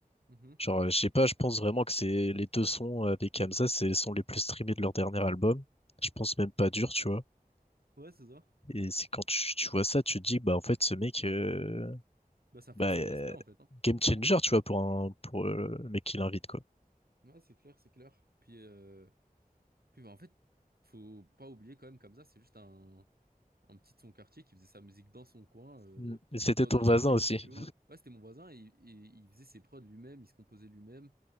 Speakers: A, on the right; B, on the left.
A: Mhm.
B: Genre, euh, je sais pas, je pense vraiment que c'est les deux sons avec Hamza, c'est les sons les plus streamés de leur dernier album. Je pense même pas dur, tu vois.
A: Ouais, c'est ça.
B: Et c'est quand tu, tu vois ça, tu te dis, bah en fait, ce mec, euh,
A: Bah, ça force
B: bah, euh,
A: le respect, en fait, hein,
B: game
A: clairement.
B: changer, tu vois, pour un pour euh, le mec qui l'invite, quoi.
A: Ouais, c'est clair, c'est clair. Puis, euh, puis bah, en fait, faut pas oublier quand même, Kamza, c'est juste un, un petit de son quartier qui faisait sa musique dans son coin, euh,
B: Mm. Et C'était
A: dans,
B: ton
A: dans
B: voisin
A: son petit
B: aussi.
A: home studio. Ouais, c'était mon voisin, et, et il faisait ses prods lui-même, il se composait lui-même.